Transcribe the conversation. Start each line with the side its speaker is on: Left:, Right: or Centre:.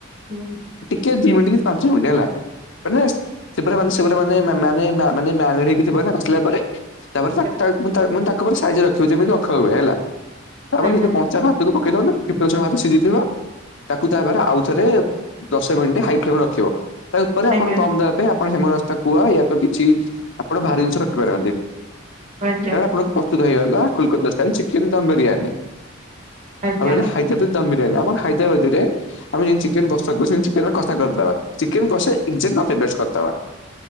Right: ହୁଁ ।
Left: ଦି ମିନିଟ କି ପାଞ୍ଚ ମିିନଟ ହେଲା ମାନେ ସେ ପୁରା ାନୋନେ ମାନେ ମାନକି ଥିବ ନା ବସିଲା ପରେ ତାପରେ
Right: ଆଜ୍ଞା
Left: ତା <unintelligible> ତାପରେ ସାଇଜ ରେ ରଖିବ ଯେମିତି ରଖା ହୁଏ ହେଲା ତାପରେ
Right: ଆଜ୍ଞା ଆଜ୍ଞା ଆଜ୍ଞା
Left: ସେ କଞ୍ଚା ଭାତକୁ ଫିପ୍ଟି ପରର୍ସେଣ୍ଟ ଭାତ ସିଝିଥିବ ତାକୁ ତାପରେ ଆଉଥରେ ଦଶ ମିନିଟ୍ ହାଇ ଫ୍ଲେମ ରଖିବ। ତା ଉପରେ ଆପଣ
Right: ଆଜ୍ଞା
Left: ଦମ ଦେବା ପାଇଁ ଆପଣ ହେମ ରାସ୍ତା କୁହା ୟାତ କିଛି ଆପଣ ଭାରି ଜିନିଷ ରଖିପାରନ୍ତି
Right: ଆଜ୍ଞା
Left: ତାପରେ ପ୍ରସ୍ତୁତ ହେଇଗଲା କୋଲକାତା ଷ୍ଟାଇଲ ଚିକେନ ଦମ୍ ବିରିୟାନୀ।
Right: ଆଜ୍ଞା
Left: ଆଉରହିଲା ହାଇଦ୍ରବାାଦ୍ <unintelligible> ଦମ୍ ବିରୀୟାନୀ ହାଇଦ୍ରାବାଦୀ ରେ ଆମେ ଯେମିତି ଚିକେନ କଷା କରୁ ଚିକେନ କଷା କରିଦେବା ଚିକେନ କଷା ଏ କପି ପେଷ୍ଟ କରିଦୋବା।